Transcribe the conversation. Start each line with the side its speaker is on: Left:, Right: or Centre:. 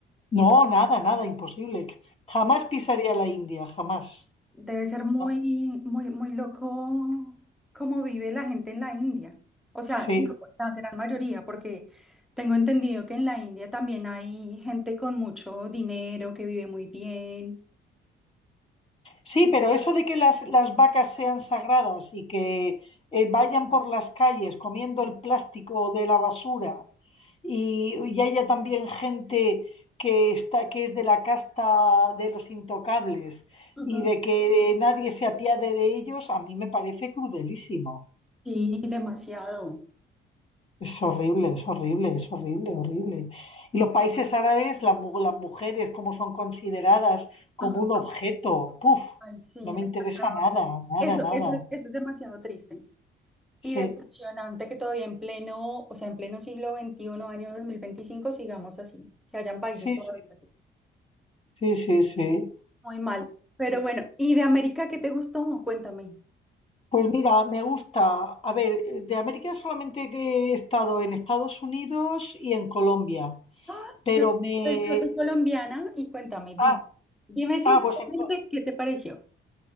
Left: No, nada, nada, imposible. Jamás pisaría la India, jamás.
Centre: Debe ser muy,
Left: ¿no?
Centre: muy, muy loco cómo vive la gente en la India. O sea,
Left: Sí.
Centre: digo, la gran mayoría, porque tengo entendido que en la India también hay gente con mucho dinero que vive muy bien.
Left: Sí, pero eso de que las, las vacas sean sagradas y que eh, vayan por las calles comiendo el plástico de la basura y, y haya también gente que está, que es de la casta de los intocables
Centre: Ujú.
Left: y de que nadie se apiade de ellos, a mí me parece crudelísimo.
Centre: Sí, demasiado.
Left: Es horrible, es horrible, es horrible, horrible. Y los países árabes, las, mu- las mujeres, cómo son consideradas como
Centre: Ajá,
Left: un objeto. Puf,
Centre: Ay, sí,
Left: no me
Centre: demasiado.
Left: interesa nada, nada,
Centre: Eso,
Left: nada.
Centre: eso, es- eso es demasiado triste
Left: Sí,
Centre: y decepcionante que todavía en pleno, o sea, en pleno siglo XXI, año 2025, sigamos así, que hayan países
Left: sí,
Centre: todavía
Left: sí,
Centre: así.
Left: sí, sí, sí.
Centre: Muy mal. Pero bueno, ¿y de América qué te gustó? Cuéntame.
Left: Pues mira, me gusta. A ver, de América solamente que he estado en Estados Unidos y en Colombia,
Centre: Ah,
Left: pero
Centre: Yo,
Left: me...
Centre: pues, yo soy colombiana y cuéntame, dime.
Left: Ah,
Centre: Dime sinceramente
Left: ah, pues en, Co-
Centre: qué te pareció.